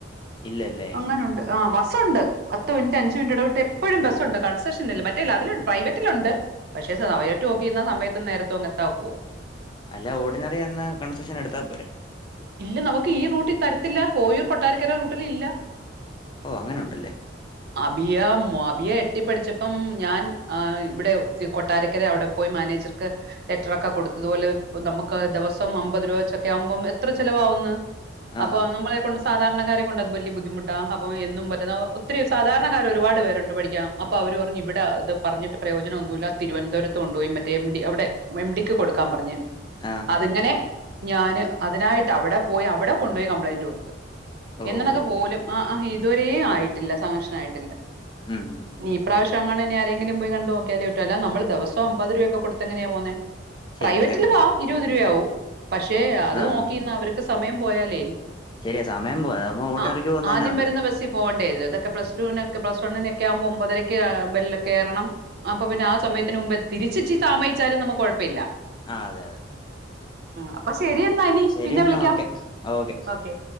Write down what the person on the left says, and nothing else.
ഇല്ലല്ലേ
അല്ല ഓർഡിനറി എന്ന് കൺസെഷൻ എടുത്താൽ പോരെ
ഓ എങ്ങനെയുണ്ട്ണ്ടല്ലേ
ആ
ആ
ഓ
ഓക്കെ
ഉം
ശരിയാ
ആ
ശരിയാ സമയം പോവാ അതാവുമ്പോ ഓർഡിനറിക്ക്
പോകുന്നതന്നാ
നല്ലേ
ആ അതെ അതെ
ശരി
എന്നാ
ഓക്കെ ഓക്കെ